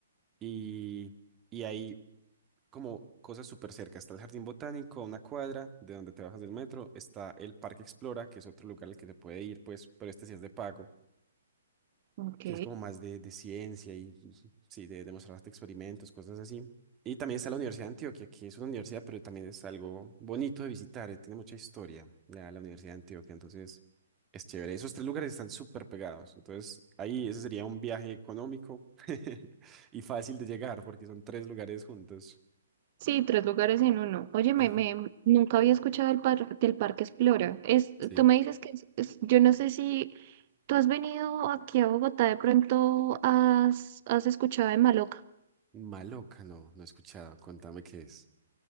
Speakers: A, on the right; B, on the right.
A: y, y hay como cosas súper cerca. Está el jardín botánico, a una cuadra de donde te bajas del metro, está el Parque Explora, que es otro lugar al que se puede ir, pues, pero este sí es de pago.
B: Ok.
A: que es como más de, de ciencia y sí, de demostrar hasta experimentos, cosas así. Y también está la Universidad de Antioquia, que es una universidad, pero también es algo bonito de visitar, eh, tiene mucha historia la, la Universidad de Antioquia, entonces es chévere. Esos tres lugares están súper pegados, entonces ahí ese sería un viaje económico <laughs> y fácil de llegar porque son tres lugares juntos.
B: Sí, tres lugares en uno. Oye, me,
A: Ajá,
B: me- nunca había escuchado el par- del Parque Explora. Es,
A: sí.
B: tú me dices que es- es- yo no sé si tú has venido aquí a Bogotá, de pronto has, has escuchado de Maloca.
A: Maloca, no, no he escuchado, contame qué es.